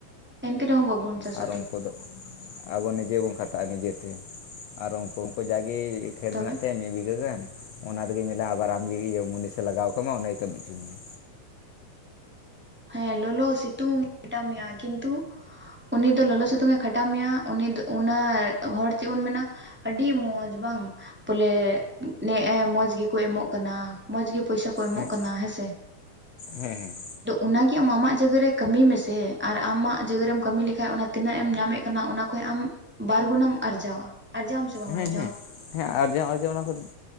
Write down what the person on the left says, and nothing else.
ᱟᱨ ᱩᱱᱠᱩ ᱫᱚ ᱟᱵᱚ ᱱᱤᱡᱮ ᱵᱚᱱ ᱠᱷᱟᱴᱟᱜᱼᱟ ᱱᱤᱡᱮᱛᱮ ᱟᱨ ᱩᱱᱠᱩ ᱩᱱᱠᱩ ᱡᱟᱜᱤ ᱠᱷᱮᱛ
ᱢᱮᱱᱟᱜ ᱛᱟᱭᱟ ᱢᱤᱫ ᱵᱤᱜᱷᱟᱹ ᱜᱟᱱ ᱚᱱᱟ ᱨᱮᱜᱮ ᱧᱮᱞᱟ ᱟᱵᱟᱨ ᱟᱢᱜᱮ ᱤᱭᱟᱹ ᱢᱩᱱᱤᱥᱮ ᱞᱟᱜᱟᱣ ᱠᱟᱢᱟ ᱚᱸᱰᱮᱭ ᱠᱟᱹᱢᱤ ᱦᱚᱪᱚ ᱢᱮᱭᱟ᱾
ᱦᱮᱸ
ᱦᱮᱸ ᱦᱮᱸ ᱦᱮᱸ
ᱦᱮᱸ
ᱦᱮᱸ ᱦᱮᱸ ᱟᱨᱡᱟᱣ ᱟᱨᱡᱟᱣ ᱚᱱᱟ ᱠᱚ,